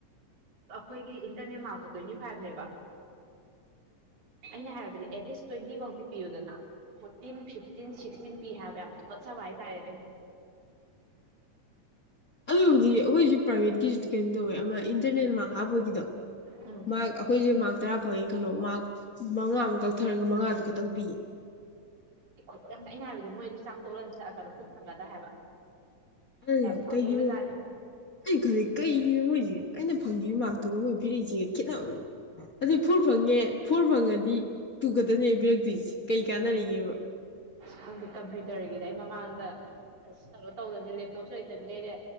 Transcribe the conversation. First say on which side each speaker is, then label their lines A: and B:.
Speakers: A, on the right (about 70°); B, on the left (about 40°).
A: ꯑꯩꯈꯣꯏꯒꯤ ꯏꯟꯇꯔꯅꯦꯟ ꯃꯥꯔꯛꯇꯣ ꯇ꯭ꯋꯦꯟꯇꯤꯐꯥꯏꯞꯅꯦꯕ ꯑꯩꯅ ꯍꯥꯏꯕꯗꯤ ꯑꯦꯠꯂꯤꯁ ꯇ꯭ꯋꯦꯟꯇꯤꯕꯧꯗꯤ ꯄꯤꯌꯨꯗꯅ ꯐꯣꯔꯇꯤꯟ ꯐꯤꯞꯇꯤꯟ ꯁꯤꯛꯁꯇꯤꯟ ꯄꯤ ꯍꯥꯏꯕ ꯌꯥꯝ ꯇꯨꯀꯨꯠꯆꯕ ꯍꯥꯏꯇꯥꯔꯦꯅꯦ
B: ꯑꯗꯨꯕꯨꯗꯤ ꯑꯈꯣꯏ ꯁꯤ ꯄ꯭ꯔꯥꯏꯚꯦꯠ ꯀꯤꯁꯤꯗꯤ ꯀꯩꯅꯣ ꯇꯧꯋꯦ ꯑꯃ ꯏꯟꯇꯔꯅꯦꯠ ꯃꯥꯛ ꯍꯥꯞꯄꯒꯤꯗꯣ
A: ꯎꯝ
B: ꯃꯥꯛ ꯑꯈꯣꯏꯖꯦ ꯃꯥꯛ ꯇꯔꯥ ꯐꯪꯉꯦ ꯈꯜꯂꯣ ꯃꯥꯛ ꯃꯉꯥ ꯑꯃꯨꯛ ꯀꯛꯊꯔꯒ ꯃꯉꯥꯗꯨ ꯈꯛꯇꯪ ꯄꯤꯌꯦ
A: ꯑꯩ ꯈꯣꯏꯗꯧ ꯌꯥꯝ ꯆꯥꯛꯑꯦ ꯑꯩꯅ ꯍꯥꯏꯕꯗꯤ ꯃꯣꯏ ꯑꯗꯨ ꯆꯥꯛ ꯇꯣꯠꯂꯒ ꯆ ꯑ ꯀꯅꯣ ꯄꯨꯛ ꯊꯟꯒꯗ꯭ꯔ ꯍꯥꯏꯕ
B: ꯑ
A: ꯌꯥꯝ ꯁꯥꯎꯅꯤꯡꯉꯤꯕꯖꯥꯠꯅꯤ
B: ꯀꯩꯒꯤꯅꯣ ꯑꯩ ꯈꯜꯂꯦ ꯀꯩꯒꯤꯅꯣ ꯃꯣꯏꯖꯦ ꯑꯩꯅ ꯐꯪꯒꯤꯕ ꯃꯥꯛꯇꯨꯒ ꯃꯣꯏ ꯄꯤꯔꯛꯏꯖꯤꯒ ꯈꯦꯠꯅꯕ ꯑꯗꯨ ꯐꯣꯔ ꯐꯪꯉꯦ ꯐꯣꯔ ꯐꯪꯉꯗꯤ ꯇꯨ ꯈꯠꯇꯅꯦ ꯄꯤꯔꯛꯇꯨꯏꯖꯦ ꯀꯩ ꯀꯥꯟꯅꯔꯤꯒꯦꯕ
A: ꯑꯁ ꯈꯪꯗꯦ ꯀꯝꯄ꯭ꯌꯨꯇꯔꯒꯤꯗ ꯑꯩ ꯃꯃꯥꯡꯗ ꯑꯁ ꯀꯩꯅꯣ ꯇꯧꯗꯕꯅ ꯂꯦꯞꯇꯣꯞꯁꯨ ꯂꯩꯇꯕꯅꯤꯅ ꯑꯩꯗꯤ